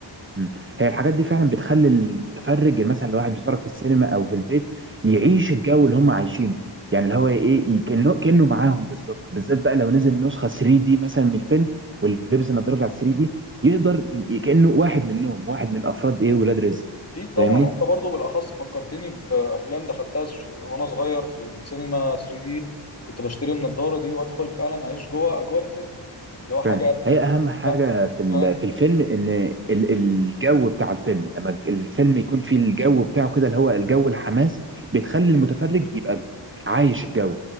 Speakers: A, on the right; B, on the left.
A: م. هي الحاجات دي فعلا بتخلي المتفرج يعني مثلا لو واحد بيتفرج في السينما أو في البيت يعيش الجو اللي هم عايشينه يعني اللي هو إيه ي- كأنه كأنه معاهم بالظبط بالذات بقى لو نزل نسخة 3 دي مثلا من الفيلم ولبس النضارة بتاعت 3 دي يقدر ي- كأنه واحد منهم واحد من أفراد إيه ولاد رزق
B: اكيد طبعا
A: فاهمني؟
B: وانت برضو بالاخص فكرتني بافلام دخلتها ش- وانا صغير في السينما 3 دي كنت بشتري النضاره دي وادخل فعلا اعيش جوه اجواء الفيلم اللي هو حاجه
A: فعلا
B: تيجي
A: هي
B: في
A: اهم
B: وشك
A: حاجه في ال-
B: فعلا
A: في الفيلم ان ال- الجو بتاع الفيلم لما الفيلم يكون فيه الجو بتاعه كده اللي هو الجو الحماس بتخلي المتفرج يبقى عايش الجو